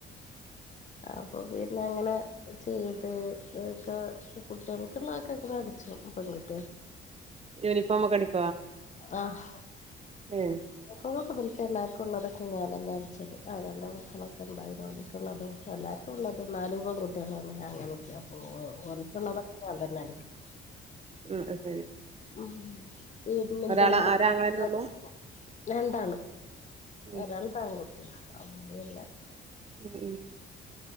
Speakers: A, on the left; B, on the right.
A: അപ്പൊ പിന്നെ അങ്ങനെ ചെയ്ത് ഇതൊക്കെ കുട്ടികൾക്കുള്ളതൊക്കെ എങ്ങനെ അട പങ്ക
B: യൂനിഫർമ കടിക്ക
A: ആഹ്
B: ഏഹ്
A: കൊണക്ക ബ ഒ എല്ലാവർക്കും ഉുള്ളതൊക്കെ ഞാൻ തന്നെ അടിച്ചത് ആങ്ങളുടെ മക്കളൊക്കെ ഉണ്ട് അതിനോതിക്കുള്ളതും എല്ലാവർക്കുള്ളതും നാൂപ കുട്ടികള ഞാ അപ്പൊറക്കുള്ളതൊക്കെ ഞാൻ തന്നെ അടിക്കും
B: ആ ശരി
A: ഉ പിന്ന് എന്ത
B: ഒരാള ഒരാങ്ങളെന്നെ ഉള്ളൂ
A: രണ്ടാള്
B: ഉം
A: രണ്ടാണ് കുട്ടിയ അ പിന്നെ
B: ഉം